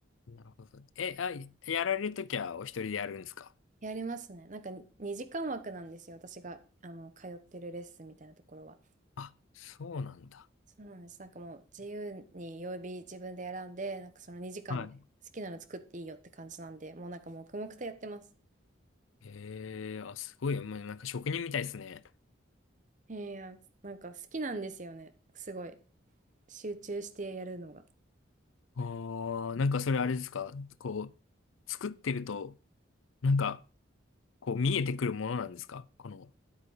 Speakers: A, on the left (about 80°); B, on the right (about 40°).
A: あ、なるほど。え、あ、やられるときはお一人でやるんですか
B: やりますね。なんか2時間枠なんですよ。私があの、通ってるレッスンみたいなところは。
A: あ、そうなんだ。
B: そうなんです。なんかもう自由に曜日自分で選んで、なんかその2時間で好きなの作っていいよって感じなんで、
A: は
B: もうなんか黙々とやってます。
A: い。へえ、あ、すごい。まあ、なんか職人みたいですね。
B: えー、いやなんか好きなんですよね。すごい。集中してやるのが。
A: ああ、なんかそれあれですかこう、作ってると、なんか、こう見えてくるものなんですかこの、